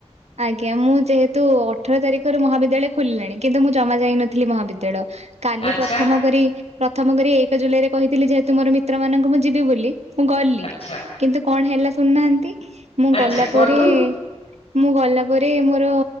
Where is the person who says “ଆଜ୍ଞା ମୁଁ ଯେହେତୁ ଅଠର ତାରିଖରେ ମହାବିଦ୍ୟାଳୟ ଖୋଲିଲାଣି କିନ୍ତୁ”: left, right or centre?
Right